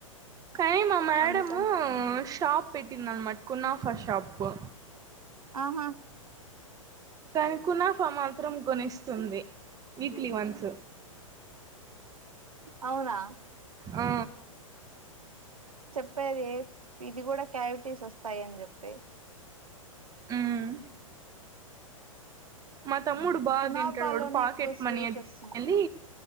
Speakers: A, on the right (about 20°); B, on the right (about 80°).
A: కానీ మా మేడము
B: అందుకని
A: షాప్ పెట్టింది అనమాట కునాఫా షాప్ పు
B: ఆహా
A: కానీ కునాఫా మాత్రం కొనిస్తుంది వీక్లీ వన్స్
B: అవునా
A: ఆ
B: ప్పేది ఇది కూడా క్యావిటీస్ వస్తాయి అని చెప్పి
A: మ్ మా తమ్ముడు బా
B: కునాఫాలోనే
A: తింటడు వాడు పాకెట్
B: ఎక్కువ స్వీట్
A: మనీ అట్
B: వస్తుంది
A: అలీ